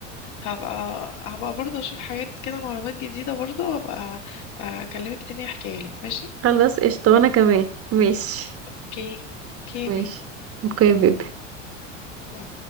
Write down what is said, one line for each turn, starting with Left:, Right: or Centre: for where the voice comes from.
Left: هبقى هبقى برضه اشوف حاجات كده معلومات جديدة برضه وابقى اكلمك تاني احكيها لك ماشي
Right: خلاص قشطة وأنا كمان ماشي
Left: اوكي اوكي
Right: ماشي
Left: بيبي
Right: اوكي يا بيبي
Left: باي.